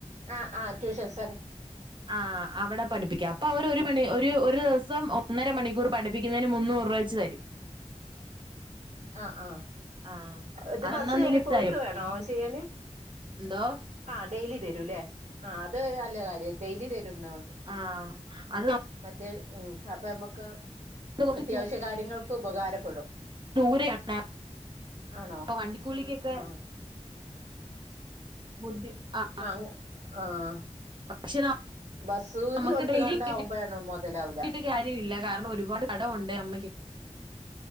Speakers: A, on the right (about 80°); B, on the right (about 40°).
A: ആഹ് ആ് ട്യൂഷൻസ്
B: ആ അവിടെ പഠിപ്പിക്കാം അപ്പൊ അവര് ഒരു മണി ഒരു ഒരു ദിവസം ഒന്നര മണിക്കൂർ പഠിപ്പ പ്പിക്കുന്നതിന് മൂന്നൂരൂഴ്ച്ച തരും
A: ആ ആ
B: ആഹ്
A: ഇത്
B: അത്
A: ബസ്
B: അന്നന്നിങ്ങ്
A: കറി പോയിട്ട്
B: തരും
A: വേണോ ചെയ്യാന്
B: എന്തോ
A: ആ ഡെയിലി തരൂല്ലേ ആ അത് നല്ല കാര്യം ഡെയിലി തരുംുന്നണ്ട്
B: ആ അത്
A: ഉ അപ്പ നമുക്ക്
B: കുറച്ച്
A: അത്യാവശ്യ കാര്യങ്ങൾക്ക് ഉപകാരപ്പെടും
B: ദൂരണ
A: ആണോ
B: വണ്ടിക്കൂലിക്കൊക്കെ
A: ആഹ്
B: ബുദ്ധി ആ
A: ആഹ് ആഹ്
B: ഭക്ഷണം
A: ബസ്സൂലി
B: നമ്മുക്ക്
A: കൊടുത്ത്കാണ്ടാവുമ്പഴാണ്
B: ഡെയിലി കട്ടിട്ട
A: മൊതലാവൂല
B: കാര്യ ഇില്ല കാരണം ഒരുപാട് കടംവുണ്ട് അമ്മയ്ക്ക്